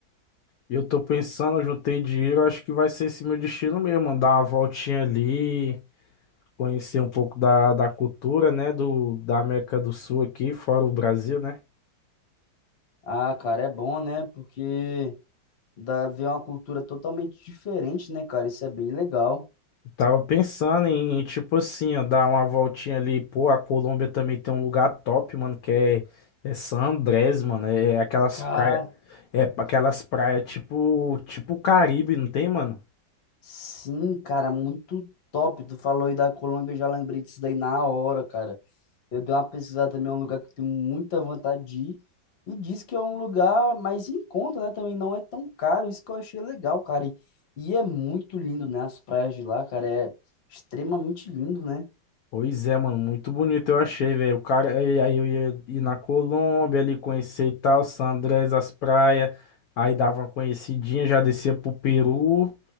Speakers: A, on the left; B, on the left.
A: eu tô pensando, eu juntei dinheiro, acho que vai ser esse meu destino mesmo, mano, dar uma voltinha ali. Conhecer um pouco da, da cultura, né, do, da América do Sul aqui, fora o Brasil, né?
B: Ah, cara, é bom, né? Porque. Dá ver uma cultura totalmente diferente, né, cara? Isso é bem legal.
A: Tava pensando em, tipo assim, ó, dar uma voltinha ali. Pô, a Colômbia também tem um lugar top, mano, que é, é San Andrés, mano. É é aquelas
B: Cara,
A: praias, é aquelas praias tipo, tipo Caribe, não tem, mano?
B: sim, cara, muito top. Tu falou aí da Colômbia, eu já lembrei disso daí na hora, cara. Eu dei uma pesquisada também, é um lugar que eu tenho muita vontade de ir. E diz que é um lugar mais em conta, né? Também não é tão caro, isso que eu achei legal, cara. E, e é muito lindo, né? As praias de lá, cara, é extremamente lindo, né?
A: Pois é, mano, muito bonito eu achei, velho. O cara, aí aí eu ia ir na Colômbia ali, conhecer e tal, San Andrés, as praias. Aí dava uma conhecidinha, já descia pro Peru.